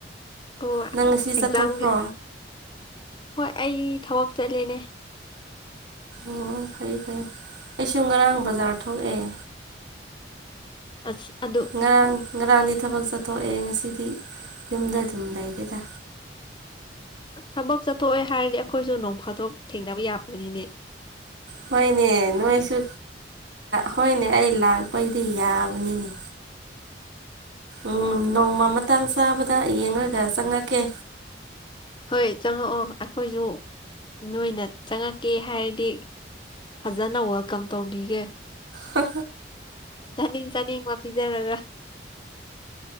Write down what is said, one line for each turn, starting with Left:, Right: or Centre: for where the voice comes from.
Left: ꯍ
Right: ꯅꯪ ꯉꯁꯤ
Left: ꯑꯦꯛꯖꯝꯒꯤ
Right: ꯆꯠꯊꯣꯛꯄ꯭ꯔꯣ
Left: ꯍꯣꯏ ꯑꯩ ꯊꯕꯛ ꯆꯠꯂꯦꯅꯦ
Right: ꯑꯣ ꯐꯩ ꯐꯔ ꯑꯩꯁꯨ ꯉꯔꯥꯡ ꯕꯖꯥꯔ ꯊꯣꯛꯑꯦ
Left: ꯑꯁ ꯑꯗꯨ
Right: ꯉ꯭ꯔꯥꯡ ꯉ꯭ꯔꯥꯡꯒꯤ ꯊꯕꯛ ꯆꯠꯊꯣꯛꯑꯦ ꯉꯁꯤꯗꯤ ꯌꯨꯝꯗ ꯑꯗꯨꯝ ꯂꯩꯔꯦꯗ
Left: ꯊꯕꯛ ꯆꯠꯊꯣꯛꯑꯦ ꯍꯥꯏꯔꯗꯤ ꯑꯩꯈꯣꯏꯁꯨ ꯅꯣꯡꯐꯥꯗꯣꯛ ꯊꯦꯡꯅꯕ ꯌꯥꯕꯅꯤꯅꯦ
Right: ꯍꯣꯏꯅꯦ ꯅꯣꯏꯁꯨ ꯍꯣꯏꯅꯦ ꯑꯩ ꯂꯥꯛꯄꯩꯗꯤ ꯌꯥꯕꯅꯤꯅꯦ ꯎꯝ ꯅꯣꯡꯃ ꯃꯇꯥꯡ ꯆꯥꯕꯗ ꯌꯦꯡꯉꯒ ꯆꯪꯉꯛꯀꯦ
Left: ꯍꯣꯏ ꯆꯪꯉꯛꯑꯣ ꯑꯩꯈꯣꯏꯁꯨ ꯅꯣꯏꯅ ꯆꯪꯉꯛꯀꯦ ꯍꯥꯏꯔꯗꯤ ꯐꯖꯅ ꯋꯦꯜꯀꯝ ꯇꯧꯕꯤꯒꯦ
Right: ꯍ
Left: ꯆꯥꯅꯤꯡ ꯆꯥꯅꯤꯡꯕ ꯄꯤꯖꯔꯒ